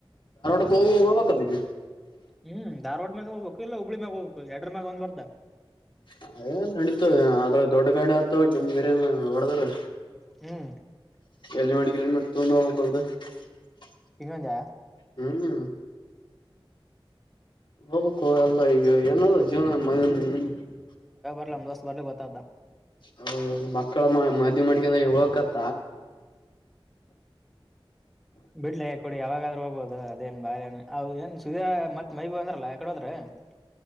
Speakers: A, on the left; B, in the centre.
A: <unintelligible> ಅಲ್ಲಿಗಿ.
B: ಹ್ಮು ಧಾರ್ವಾಡ ಮ್ಯಾಗ ಹೋಗಬೇಕು ಇಲ್ಲ ಹುಬ್ಳಿ ಮ್ಯಾಗ ಹೋಗಬೇಕು ಎಡರ ಮ್ಯಾಗ ಒಂದ್ <unintelligible>
A: ಅದೇನ್ ನಡೀತದ ಆದ್ರ ದೊಡ್ಡ ಗಾಡಿ ಆತವ್ ಜಿಮ್ <unintelligible> ಹೊಡದ್ರ.
B: ಹ್ಮು
A: <unintelligible>
B: ಹಿಂಗ್ ಅಂದ್ಯಾ.
A: ಹ್ಮು ಹೋಗ್ಬೇಕೊ ಅಲ್ಲ ಇ ಎ ಏನದ್ ಜೀವನ <unintelligible>
B: ಇಲ್ಲ ಒಂದ್ ವರ್ಷ ಬರ್ಲಿ <unintelligible>
A: ಹೌದ್ ಹೌದು ಮಕ್ಕಳ್ <unintelligible>
B: ಬಿಡ್ಲೇ ಕೊಡಿ ಯಾವಾಗಾದ್ರೂ <unintelligible> ಹೌದ ಅದೇನ್ ಬಾಳ್ ಏನ್ ಅವೇನ್ ಸುದ್ಯಾ ಮತ್ತ್ ಮೈ <unintelligible>